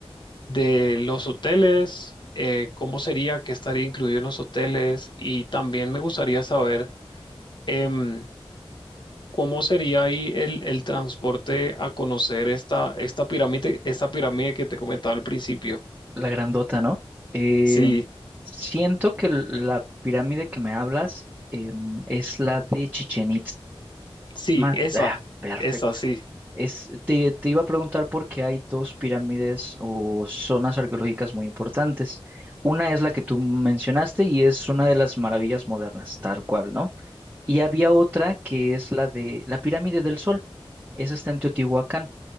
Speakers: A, on the left; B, on the right.
A: de los hoteles? Eh, ¿cómo sería que estaría incluido en los hoteles? Y también me gustaría saber em, cómo sería ahí el, el transporte a conocer esta, esta pirámide, esta pirámide que te comentaba al principio.
B: La grandota, ¿no? Eh,
A: Sí,
B: siento que l- la pirámide que me hablas em, es la de Chichen
A: sí,
B: Más,
A: esa,
B: ah, perfecto.
A: esa, sí.
B: Es, te, te iba a preguntar por qué hay dos pirámides o zonas arqueológicas muy importantes. Una es la que tú mencionaste y es una de las maravillas modernas, tal cual, ¿no? Y había otra que es la de la Pirámide del Sol. Esa está en Teotihuacán.